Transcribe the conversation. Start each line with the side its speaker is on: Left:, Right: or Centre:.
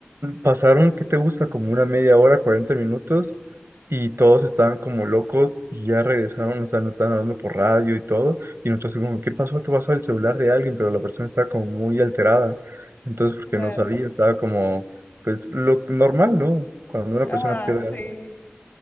Right: Pasaron, ¿qué te gusta? Como una media hora, 40 minutos, y todos estaban como locos y ya regresaron, o sea, nos estaban hablando por radio y todo, y nosotros así como, ¿qué pasó? ¿Qué pasó? El celular de alguien, pero la persona estaba como muy alterada, entonces porque
Left: claro,
Right: no sabía, estaba como, pues lo normal, ¿no? Cuando una
Left: ajá,
Right: persona pierde
Left: sí,
Right: algo.